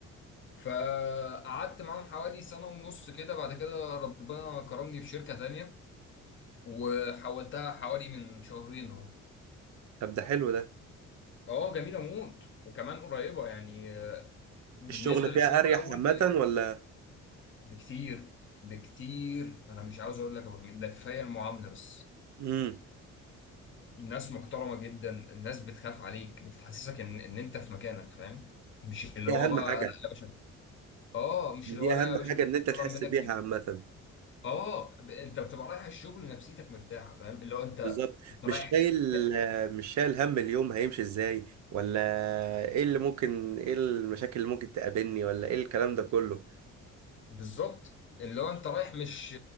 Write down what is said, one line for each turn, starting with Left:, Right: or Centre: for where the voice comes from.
Left: فقعدت معاهم حوالي سنه ونص كده بعد كده ربنا كرمني في شركه تانية وحولتها حوالي من شهرين اهو
Right: طب ده حلو ده
Left: اه جميله موت وكمان قريبه يعني بالنسبه
Right: الشغل فيها
Left: للشغل
Right: أريح
Left: الاول
Right: عامة ولا
Left: بكتير بكتير انا مش عاوز اقول لك يا ابو حميد ده كفايه المعامله بس
Right: امم
Left: الناس محترمه جدا الناس بتخاف عليك بتحسسك ان ان انت في مكانك فاهم مش اللي
Right: دي
Left: هو
Right: أهم
Left: بقى
Right: حاجة
Left: لا يا باشا اه مش
Right: دي
Left: اللي هو لا
Right: أهم
Left: يا باشا
Right: حاجة
Left: انت
Right: إن
Left: بتطلب
Right: أنت تحس
Left: منك
Right: بيها
Left: كده
Right: عامة
Left: اه ب- انت بتبقى رايح الشغل نفسيتك مرتاحه فاهم اللي هو انت
Right: بالظبط
Left: انت
Right: مش
Left: رايح
Right: شايل
Left: ت-
Right: مش شايل هم اليوم هيمشي ازاي ولا ايه اللي ممكن ايه المشاكل اللي ممكن تقابلني ولا ايه الكلام ده كله
Left: بالظبط اللي هو انت رايح مش